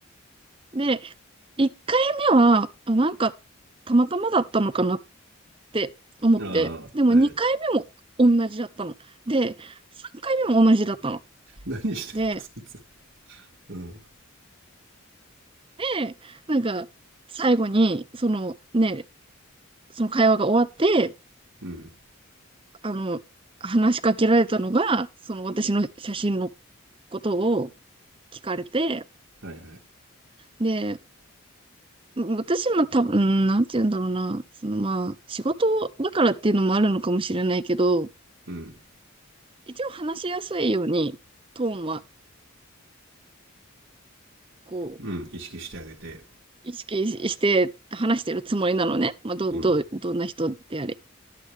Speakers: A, on the right (about 25°); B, on the right (about 55°).
A: で、1回目は、あ、なんか、たまたまだったのかなって思って、
B: あ
A: でも2回目も同じだったの。
B: あ、はい。
A: で、3回目も同じだったの。
B: 何してんの、
A: で、
B: そいつ。うん。
A: で、なんか、最後に、そのね、その会話が終わって、
B: うん。
A: あの、話しかけられたのが、その私の写真のことを聞かれて、
B: はいはい。
A: で、私も多分、なんて言うんだろうな、そのまあ、仕事だからっていうのもあるのかもしれないけど、
B: うん。
A: 一応話しやすいように、トーンは、こう、
B: うん、意識してあげて、
A: 意識して話してるつもりなのね。まあ、ど、
B: うん、
A: ど、どんな人であれ。